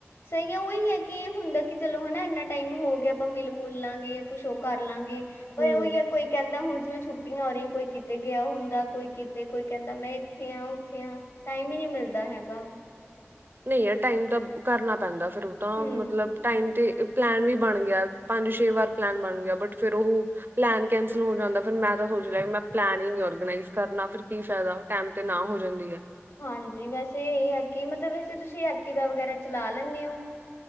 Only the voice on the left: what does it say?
ਸਹੀ ਐ ਉਹੀ ਏ ਕਿ ਇਹ ਹੁੰਦਾ ਕਿ ਚਲੋ ਹੁਣ ਇੰਨਾ ਟਾਈਮ ਹੋ ਗਿਆ ਆਪਾਂ ਮਿਲ ਮੁਲ ਲਾਂਗੇ, ਕੁਛ ਉਹ ਕਰ ਲਾਂਗੇ। ਉਹ
ਇਹੋ ਈ ਆ ਕੋਈ ਕਹਿੰਦਾ ਹੁਣ ਜਿਵੇਂ ਛੁੱਟੀਆਂ ਹੋ ਰਹੀਆਂ ਕੋਈ ਕਿਤੇ ਗਿਆ ਹੁੰਦਾ, ਕੋਈ ਕਿਤੇ ਕੋਈ ਕਹਿੰਦਾ ਮੈਂ ਇੱਥੇ ਆ, ਉੱਥੇ ਆ ਟਾਈਮ ਈ ਨੀ ਮਿਲਦਾ ਹੈਗਾ।
ਹੂੰ
ਹਾਂਜੀ ਵੈਸੇ ਇਹ ਆ ਕਿ ਮਤਲਬ ਵੈਸੇ ਤੁਸੀਂ ਐਕਟੀਵਾ ਵਗੈਰਾ ਚਲਾ ਲੈਂਣੇ ਓਂ।